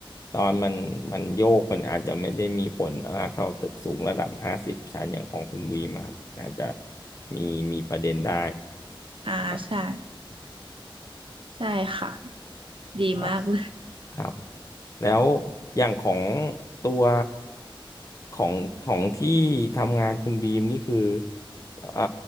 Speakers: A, on the left (about 35°); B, on the right (about 70°).
A: ตอนมันมันโยกมันอาจจะไม่ได้มีผลมากเท่าตึกสูงระดับห้าสิบชั้นอย่างของคุณวีมาครับอาจจะมีมีประเด็นได้
B: อ่าใช่
A: ครับ
B: ใช่ค่ะดีมากเลย
A: ครับ ครับแล้วอย่างของตัวของของที่ทำงานคุณบีมนี่คือเอ่อ